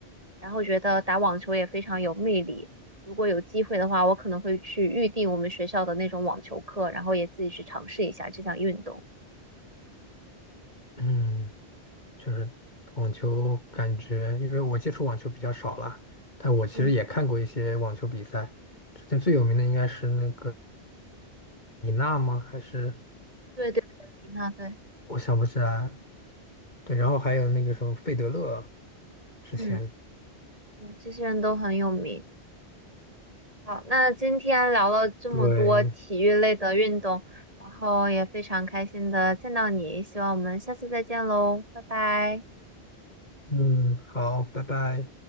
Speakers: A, on the right; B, on the left.
A: 然后觉得打网球也非常有魅力。如果有机会的话，我可能会去预定我们学校的那种网球课，然后也自己去尝试一下这项运动。
B: 嗯，确实，网球感觉，因为我接触网球比较少了，但我其实也看过一些网球比赛。
A: 嗯，
B: 之前最有名的应该是那个李娜吗？还是
A: 对对对，那对，
B: 我想不起来。对，然后还有那个什么费德勒，之前。
A: 嗯，对，这些人都很有名。好，那今天聊了这么多体育类的运动，
B: 对，
A: 然后也非常开心的见到你，希望我们下次再见喽，拜拜。
B: 嗯，好，拜拜。